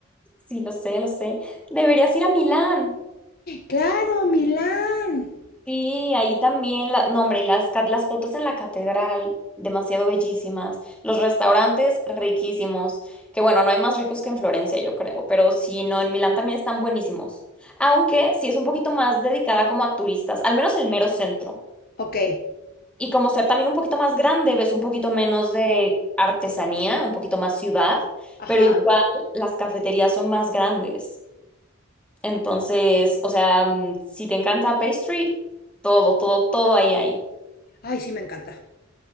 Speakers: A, in the centre; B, on the left.
A: Sí, lo sé, lo sé. Deberías ir a Milán.
B: Claro, Milán.
A: Sí, ahí también, la, no, hombre, y las, cat- las fotos en la catedral, demasiado bellísimas. Los restaurantes, riquísimos. Que bueno, no hay más ricos que en Florencia, yo creo, pero sí, no, en Milán también están buenísimos. Aunque sí es un poquito más dedicada como a turistas, al menos el mero centro.
B: Ok,
A: Y como ser también un poquito más grande, ves un poquito menos de artesanía, un poquito más ciudad,
B: ajá.
A: pero igual las cafeterías son más grandes. Entonces, o sea, mm, si te encanta pastry, todo, todo, todo ahí hay.
B: Ay, sí, me encanta.